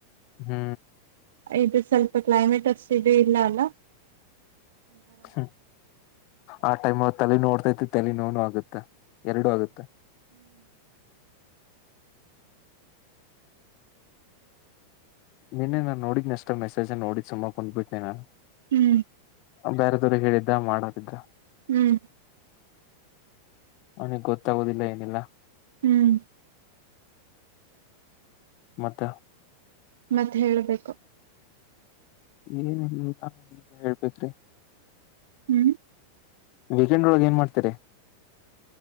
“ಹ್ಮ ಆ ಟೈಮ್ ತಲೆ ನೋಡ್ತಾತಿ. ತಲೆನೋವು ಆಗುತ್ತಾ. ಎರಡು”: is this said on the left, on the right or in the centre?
Left